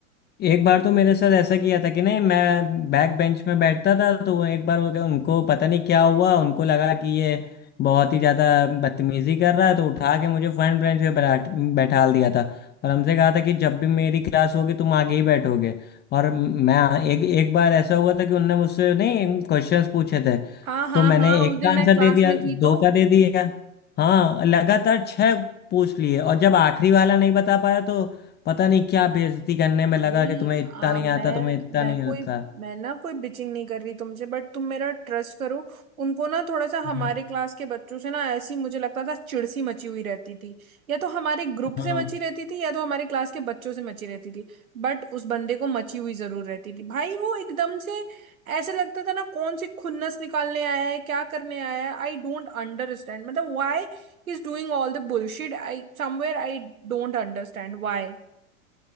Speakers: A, on the left (about 25°); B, on the right (about 80°).
A: एक बार तो मेरे साथ ऐसा किया था कि नहीं मैं बैक बेंच में बैठता था तो वो एक बार वो क्या उनको पता नहीं क्या हुआ उनको लगा कि ये बहुत ही ज़्यादा बदतमीजी कर रहा है तो उठा के मुझे फ्रंट बेंच पे बैठ बैठाल दिया था और हमसे कहा था कि जब भी मेरी क्लास होगी तुम आगे ही बैठोगे और मैं एक एक बार ऐसा हुआ था कि उनने मुझसे नहीं क्वेश्चंस पूछे थे
B: हाँ हाँ
A: तो मैंने
B: हाँ उस
A: एक
B: दिन
A: का आंसर
B: मैं क्लास
A: दे दिया
B: में थी
A: दो
B: तो
A: का दे दिया हाँ लगातार छः पूछ लिए और जब आखिरी वाला नहीं बता पाया तो पता नहीं क्या बेइज्जती करने में
B: भाई
A: लगा कि तुम्हें इतना
B: आ,
A: नहीं
B: मैं
A: आता तुम्हें इतना
B: मैं
A: नहीं
B: कोई
A: आता
B: मैं ना कोई बिचिंग नहीं कर रही तुमसे बट तुम मेरा ट्रस्ट करो उनको ना थोड़ा सा
A: हम्म,
B: हमारे क्लास के बच्चों से ना ऐसी मुझे लगता था चिड़ सी मची हुई रहती थी या तो हमारे ग्रुप
A: हाँ
B: से मची रहती थी या तो हमारे क्लास के बच्चों से मची रहती थी बट उस बंदे को मची हुई जरूर रहती थी भाई वो एकदम से ऐसे लगता था ना कौन सी खुन्नस निकालने आया है क्या करने आया है आई डोंट अंडरस्टैंड मतलब why is doing all the bullshit I somewhere I don't understand why